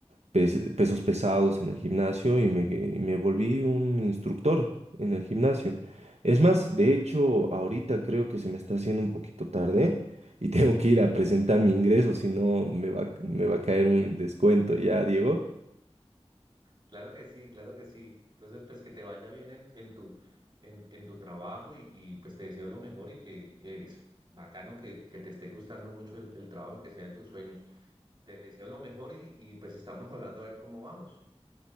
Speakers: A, on the right; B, on the right.
A: pes- pesos pesados en el gimnasio y me, y me volví un instructor en el gimnasio. Es más, de hecho, ahorita creo que se me está haciendo un poquito tarde y <laughs> tengo que ir a presentar mi ingreso, si no me va, me va a caer un descuento ya, Diego.
B: Claro que sí, claro que sí. Entonces, pues que te vaya bien en, en tu, en, en tu trabajo y, y, pues te deseo lo mejor y que eh, es bacano que, que te esté gustando mucho el, el trabajo y que sea de tus sueños. Te deseo lo mejor y, y pues estamos hablando a ver cómo vamos.